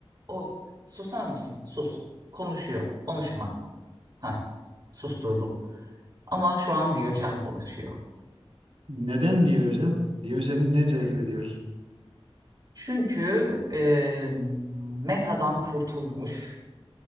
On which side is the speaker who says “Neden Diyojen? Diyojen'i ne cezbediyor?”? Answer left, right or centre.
Right